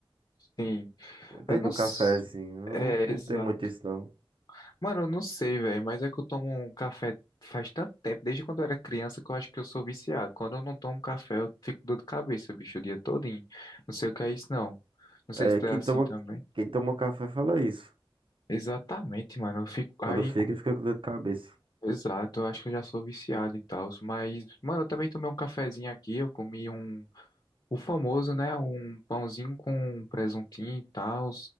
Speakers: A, on the left; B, on the right.
A: sim.
B: tem
A: Eu não...
B: do
A: s-
B: cafezinho.
A: É,
B: Eu não, não
A: exato.
B: tenho muito isso, não.
A: Mano, eu não sei, velho, mas é que eu tomo um café faz tanto tempo, desde quando eu era criança, que eu acho que eu sou viciado. Quando eu não tomo café, eu fico com dor de cabeça, bicho, o dia todinho. Não sei o que é isso, não. Não sei
B: É,
A: se tu
B: quem
A: é assim
B: toma,
A: também.
B: quem toma café fala isso.
A: Exatamente, mano, eu fico
B: Quando
A: aí.
B: fica, fica com dor de cabeça.
A: Exato, eu acho que eu já sou viciado e tal, mas, mano, eu também tomei um cafezinho aqui, eu comi um, o famoso, né, um pãozinho com presuntinho e tal,